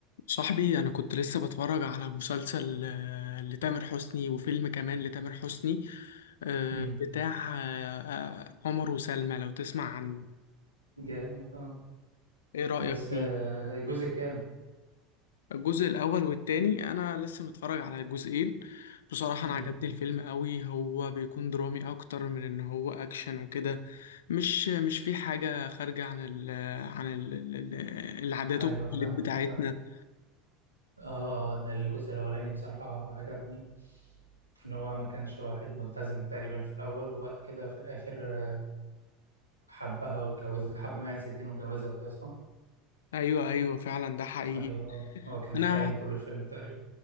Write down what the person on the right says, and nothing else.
امم
جامد اه
بس
آه، الجزء الكام
امم
ايوه
فاهمك
فاهم اه اه انا الجزء الاولاني بصراحه عجبني ان هو ما كانش واحد ملتزم تقريبا في الاول وبعد كده في الاخر آه، حبها واتجوزها حب ما عز الدين واتجوزها وكده صح
ايوه آه. هو كان
خاين طول الفيلم تقريبا